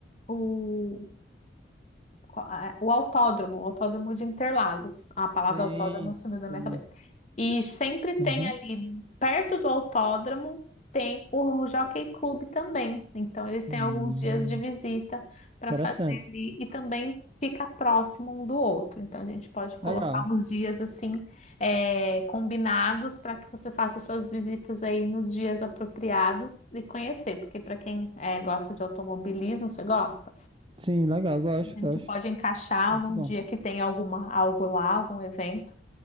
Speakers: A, on the left (about 35°); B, on the right (about 25°).
A: o a- o autódromo, o autódromo de Interlagos. A palavra
B: Sim,
A: autódromo sumiu da
B: sim.
A: minha cabeça. E sempre tem
B: Aham.
A: ali, perto do autódromo, tem o Jockey Club também. Então, eles têm
B: Hum,
A: alguns dias de visita para
B: interessante.
A: fazer ali. E também fica próximo um do outro. Então, a gente pode colocar
B: Legal.
A: uns dias assim, é, combinados para que você faça essas visitas aí nos dias apropriados e conhecer. Porque, para quem é, gosta de automobilismo, você gosta?
B: Sim, legal. Gosto,
A: A gente
B: gosto.
A: pode encaixar algum
B: Muito bom.
A: dia que tem alguma, algo lá, algum evento,